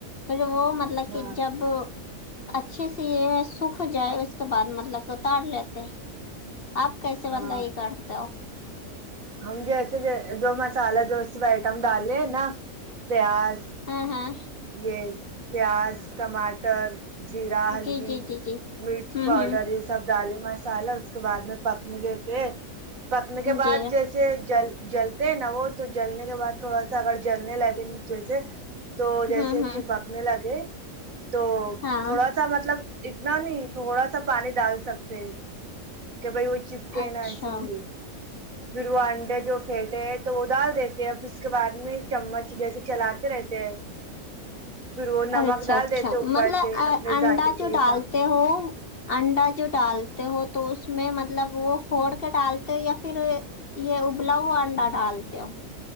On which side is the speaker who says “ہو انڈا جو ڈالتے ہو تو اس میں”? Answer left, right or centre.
Left